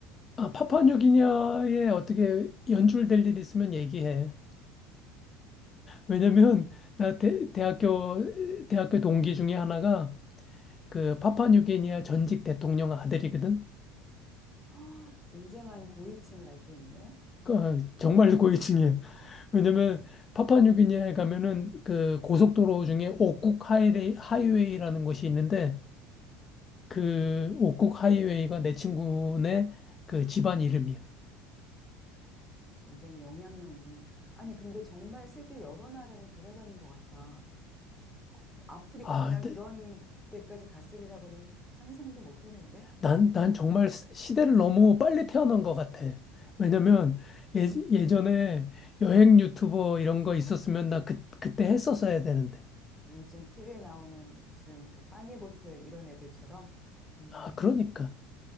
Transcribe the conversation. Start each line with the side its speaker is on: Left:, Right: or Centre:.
Left: 아, 파푸아뉴기니아에 어떻게 연출될 일 있으면 얘기해. 왜냐면 나 대, 대학교 대학교 동기 중에 하나가 그 파푸아뉴기니아 전직 대통령 아들이거든.
Centre: <gasps> 굉장한 고위층을 알고 있네.
Left: 그
Centre: 음,
Left: 정말 고위층이야.
Centre: 음,
Left: 왜냐면 파푸아뉴기니아에 가면은 그 고속도로 중에 오쿡 하이웨이, 하이웨이라는 곳이 있는데 그 오쿡 하이웨이가 내 친구네 그 집안 이름이야.
Centre: 음. 굉장히 영향력 있는. 아니, 근데 정말 세계 여러 나라를 돌아다닌 것 같다. 뭐 아프리카나
Left: 아,
Centre: 이런 데까지 갔으리라고는 상상도 못 했는데.
Left: 난, 난 정말 시- 시대를 너무 빨리 태어난 것 같아. 왜냐면 예, 예전에 여행 유튜버 이런 거 있었으면 나 그, 그때 했었어야 되는데.
Centre: 아, 요즘 TV에 나오는 무슨 그 빠니보틀 이런 애들처럼. 음,
Left: 아, 그러니까.